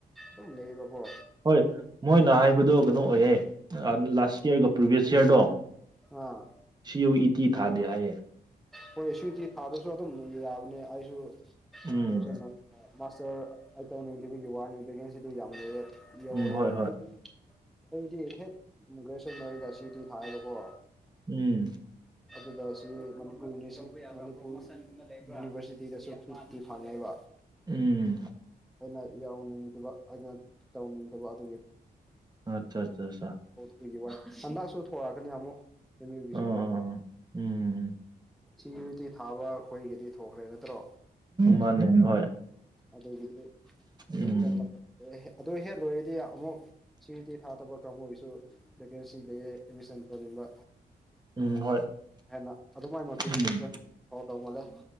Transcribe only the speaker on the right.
ꯍꯣꯏ ꯃꯣꯏꯅ ꯍꯥꯏꯕꯗꯣ ꯀꯩꯅꯣ ꯑꯣꯏꯌꯦ ꯂꯥꯁ ꯢꯌꯥꯔꯒ ꯄ꯭ꯔꯤꯚꯦꯁ ꯢꯌꯔꯗꯣ
ꯁꯤ ꯌꯨ ꯏ ꯇꯤ ꯊꯥꯗꯦ ꯍꯥꯏꯌꯦ
ꯎꯝ
ꯎꯝ ꯍꯣꯏ ꯍꯣꯏ
ꯎꯝ
ꯎꯝ
ꯑꯠꯆꯥ ꯆꯥ ꯆꯥ
ꯑꯥ ꯑꯥ ꯎꯝ
ꯃꯥꯅꯦ ꯍꯣꯏ
ꯎꯝ
ꯎꯝ ꯍꯣꯏ
ꯎꯝ